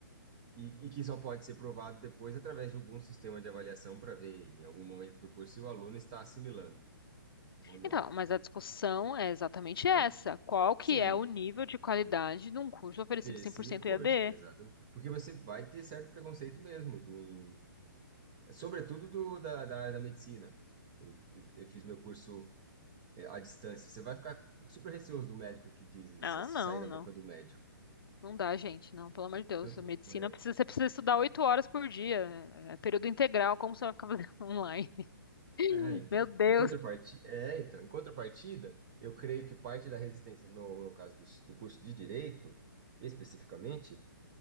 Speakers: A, on the right; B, on the left.
A: E, e que só pode ser provado depois através de algum sistema de avaliação para ver em algum momento do curso se o aluno está assimilando ou não.
B: Então, mas a discussão
A: É,
B: é exatamente essa.
A: a-
B: Qual que
A: Sim,
B: é o nível de qualidade de um curso oferecido
A: desse
B: 100%
A: curso,
B: EAD?
A: exato. Porque você vai ter certo preconceito mesmo, de um- sobretudo do, da, da área da medicina. Eu, eu- eu fiz meu curso é, à distância. Você vai ficar super receoso do médico que diz isso,
B: Ah,
A: se
B: não,
A: sair da
B: não.
A: boca do médico.
B: Não dá, gente, não, pelo amor de Deus.
A: Eu,
B: A medicina
A: é,
B: precisa, você precisa estudar oito horas por dia, é é período integral, como você vai ficar fazendo <laughs> online?
A: É, então.
B: Meu Deus.
A: Em contrapartida, é, então, em contrapartida, eu creio que parte da resistência, no, no caso do, do curso de direito, especificamente,